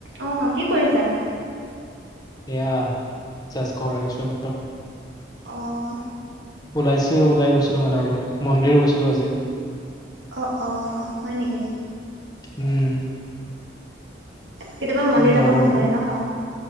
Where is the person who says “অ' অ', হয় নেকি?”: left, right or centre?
Right